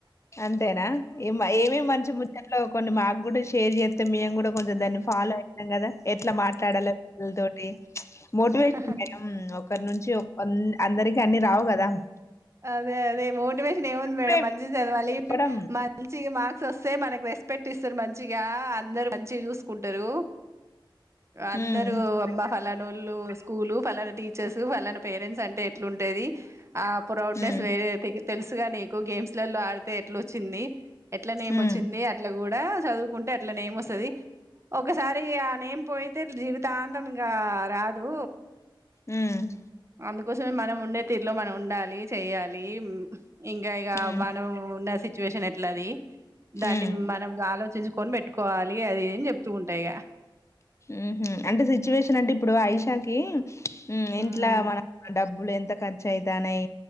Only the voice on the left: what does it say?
అంతేనా ఏ ఏమే మంచి ముచట్లో కొన్ని మాకుగుడ షేర్ చేస్తే మేము కూడా కొంచెం దాన్ని ఫాలో అయితాం కదా ఎట్లా మాట్లాడాలలో పిల్లలతోటి మోటి వేశాన్
మేడం ఒకరి నుంచి అందరికి అన్ని రావు కదా
చెప్పే
చెప్పడం
ఉమ్
ఉమ్
ఉమ్
ఉమ్
ఉమ్
ఉమ్
ఎ హు అంటే సిచ్యువేషన్ అంటే ఇప్పుడు ఐషాకి ఉ
ఇంట్ల మన డబ్బులు ఎంత ఖర్చు అయితనయి